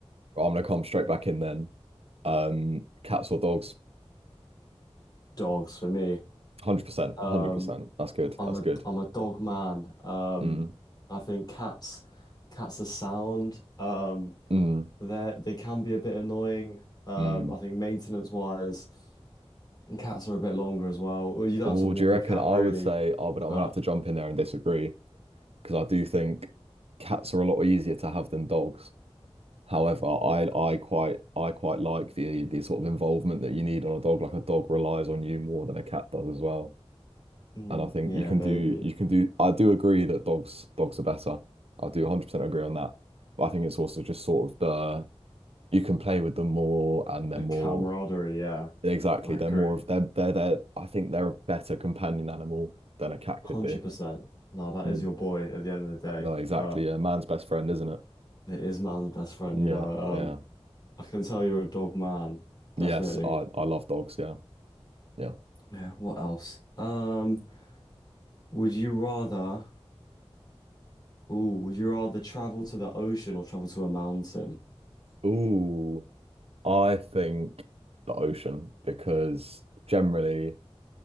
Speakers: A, on the right (about 65°); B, on the left (about 40°).
A: I'm gonna come straight back in then. Um, cats or dogs?
B: Dogs for me.
A: 100%,
B: Um,
A: 100%. That's good.
B: I'm
A: That's
B: a
A: good.
B: I'm a dog man. Um,
A: Mm,
B: I think cats cats are sound. Um,
A: mm,
B: they they can be a bit annoying. Um,
A: mm.
B: I think maintenance wise, and cats are a bit longer as well. Well, you don't
A: Oh,
B: have to walk
A: do you reckon
B: a cat
A: I
B: really,
A: would say I would I'm
B: but
A: gonna have to jump in there and disagree because I do think cats are a lot easier to have than dogs. However, I I quite I quite like the the sort of involvement that you need on a dog. Like a dog relies on you more than a cat does as well.
B: mm,
A: And I think
B: yeah,
A: you can
B: maybe
A: do you can do I do agree that dogs dogs are better. I do 100% agree on that. But I think it's also just sort of the you can play with them more and they're
B: the
A: more
B: camaraderie. Yeah,
A: exactly
B: I
A: they're
B: agree.
A: more of they're they're, they're I think they're a better companion animal than a cat
B: 100%.
A: could be.
B: No, that
A: Mm.
B: is your boy at the end of the day.
A: No, exactly.
B: Um,
A: Yeah, man's best friend, isn't it?
B: it is man's best friend,
A: Yeah,
B: you know. Um,
A: yeah.
B: I can tell you're a dog man, definitely.
A: Yes, I I love dogs. Yeah, yeah.
B: Yeah, what else? Um, would you rather, ooh, would you rather travel to the ocean or travel to a mountain?
A: Ooh. I think the ocean because generally,